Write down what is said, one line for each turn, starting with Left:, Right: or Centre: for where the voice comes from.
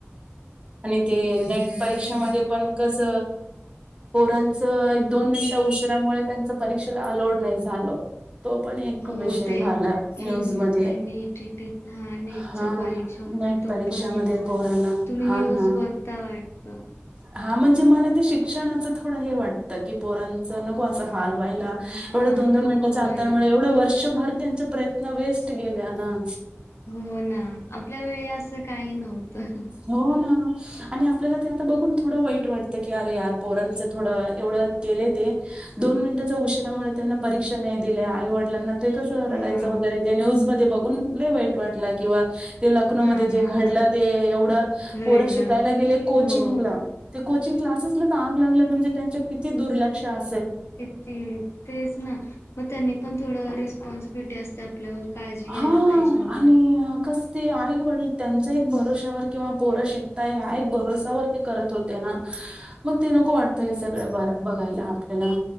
Right: आणि ते नेट
Left: म्हणजे
Right: परीक्षे
Left: ते
Right: मध्ये पण कस पोरांच एक दोन मिनिटं उशिरामुळे त्यांच परीक्षेला अलोड नाही झालं. तो पण एक
Left: हो
Right: विषय
Left: ते
Right: झाला न्यूज
Left: एन
Right: मध्ये
Left: एन ई टी टी नेटच्या
Right: हा.
Left: परीक्षा होता तो
Right: परीक्षा
Left: पण न्यूज
Right: मध्ये
Left: झाला.
Right: पोरांना
Left: तुम्ही
Right: हा
Left: न्यूज
Right: ना
Left: बघता वाटतं.
Right: हा म्हणजे मला ते शिक शिक्षणाच थोडं हे वाटतं की पोरांचं नको असं. हालवायला
Left: हा
Right: एवढा दोन
Left: नको
Right: दोन मिनिटाच्या
Left: व्हायला.
Right: अंतरा मुळे एवढं वर्षभर त्यांचे प्रयत्न वेस्ट गेले ना.
Left: हो ना आपल्या वेळी असं काही नव्हतं.
Right: हो ना. आणि आपल्याला ते आता बघून थोडं वाईट वाटतं की अरे यार पोरांचं थोडं एवढं केले ते. दोन मिनिटांच्या उशिरामुळे त्यांना परीक्षा नाही दिल्या आई वडील ते कसं
Left: हा
Right: रडायचं वगैरे ते न्यूज मध्ये बघून वाईट वाटला किंवा ते लखनौ
Left: हा
Right: म
Left: ना
Right: जे घडलं ते एवढं
Left: रडलं
Right: पोरं शिकायला गेले कोचिंगला.
Left: हो.
Right: कोचिंग क्लासेसलाच आग लागलं म्हणजे त्यांच्या किती दुर्लक्ष आहे.
Left: किती तेच ना मग त्यांनी पण थोड रिस्पॉन्सिबिलिटी असते. आपल्यावर काळजी घ्यायला
Right: हा
Left: पाहिजे वगैरे.
Right: आणि कस ते आई वडील त्यांचा एक भरोश्यावर किंवा पोर शिकता हा एक भरोसावर ते करत होते. त्यांना मग ते नको वाटत
Left: हम्म
Right: हे सगळं ब बघायला आपल्याला.